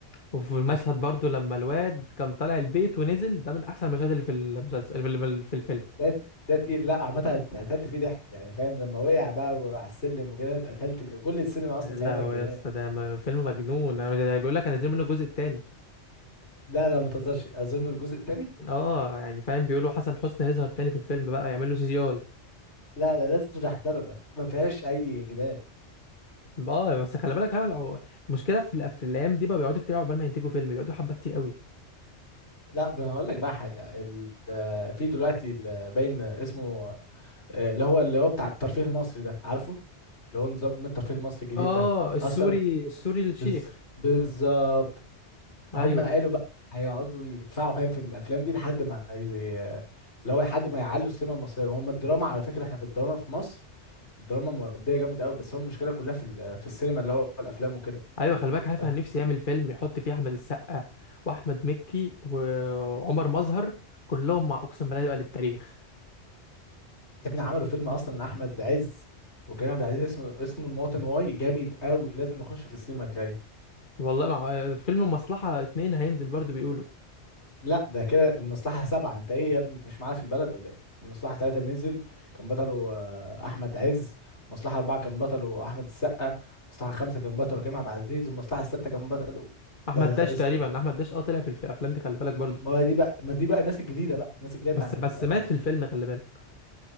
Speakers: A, on the left (about 45°); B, on the left (about 75°).
A: وفي المشهد
B: لك-
A: برضو لما الواد كان طالع البيت ونزل ده من احسن المشاهد اللي في المسلسل اللي في اللي في الفيلم
B: ده ت- ده تقيل لا عامه اتقتلت فيه ضحك يعني فاهم لما وقع بقى على السلم وكده اتقتلت فيه كل السينما اصلا
A: يا
B: ساعتها
A: لهوي
B: اتجننت
A: يا اسطى ده م- فيلم مجنون انا ده بيقول لك هنزل منه الجزء التاني
B: لا لا ما تهزرش اظن الجزء الثاني
A: اه يعني فاهم بيقولوا حسن حسني هيظهر تاني في الفيلم بقى يعمل له سي جي اي
B: لا لا لازم نحضره بقى ما فيهاش اي جدال
A: اه بس خلي بالك هو- المشكله في الأف- في الايام دي بقى بيقعدوا كتير قوي عقبال ما ينتجوا فيلم بيقعدوا حبه كتير قوي
B: لا ب- انا هقول لك بقى حاجه ال- آه، في دلوقتي ال- باين اسمه آه، اللي هو اللي هو بتاع الترفيه المصري ده عارفه اللي هو نظام الترفيه المصري الجديد
A: اه
B: ده
A: السوري
B: اصلا
A: السوري الشيخ
B: بز... بالظبط هم
A: ايوه
B: قالوا بقى هيقعدوا يدفعوا فاهم في الافلام دي لحد ما زي اللي هو لحد ما يعلوا السينما المصريه وهم الدراما على فكره احنا في الدراما في مصر الدراما موديه جامد قوي بس هو المشكله كلها في ال... في السينما اللي هو الافلام وكده
A: ايوه خلي بالك عارف
B: فاهمني؟
A: انا نفسي يعمل فيلم يحط فيه احمد السقا واحمد مكي وعمر مظهر كلهم مع اقسم بالله يبقى للتاريخ
B: يا ابني عملوا فيلم اصلا احمد عز وكريم عبد العزيز اسمه اسمه المواطن واي جامد قوي لازم نخش في السينما الجاي
A: والله مع فيلم مصلحه اتنين هينزل برضو بيقولوا
B: لا ده كده المصلحه سبعه انت ايه يا ابني انت مش معانا في البلد ولا ايه المصلحه ثلاثه نزل كان بطله آه، احمد عز المصلحه اربعه كان بطله احمد السقا المصلحه خمسه كان بطله كريم عبد العزيز والمصلحه السته كان بطله
A: احمد
B: آه
A: داش
B: اسمه
A: تقريبا احمد داش اه طلع في الف- الافلام دي خلي بالك برضو
B: ما هو دي بقى ما دي بقى الناس الجديده بقى الناس الجديده
A: بس
B: بتاعت
A: بس
B: ال...
A: مات في الفيلم خلي بالك